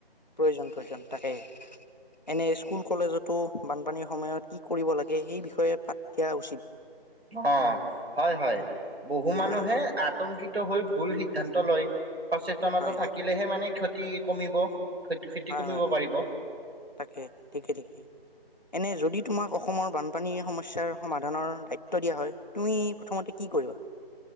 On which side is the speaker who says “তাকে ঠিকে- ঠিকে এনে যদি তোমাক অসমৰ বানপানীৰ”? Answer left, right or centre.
Left